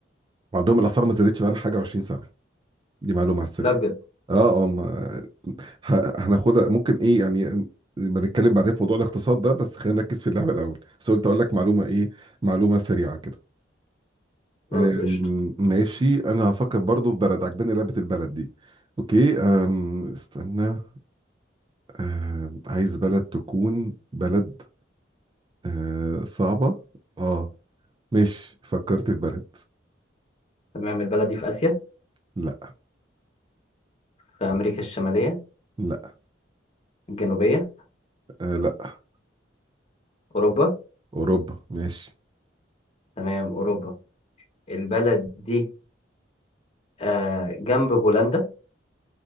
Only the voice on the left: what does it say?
لا بجد
خلاص
قشطة
تمام البلد دي في اسيا
في امريكا الشمالية
الجنوبية
اوروبا
تمام اوروبا البلد دي آه جنب بولندا